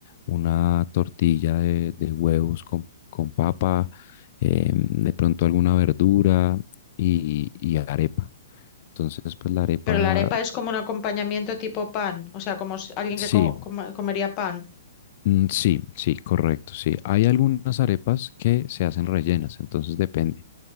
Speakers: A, on the left; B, on the left.
A: una tortilla de, de huevos con, con papa, eh, de pronto alguna verdura y, y arepa. Entonces, pues la arepa,
B: Pero la arepa es como un acompañamiento tipo pan, o sea, como si- alguien
A: sí,
B: que co- coma- comería pan.
A: Mm, Sí, sí, correcto, sí. Hay algunas arepas que se hacen rellenas, entonces depende.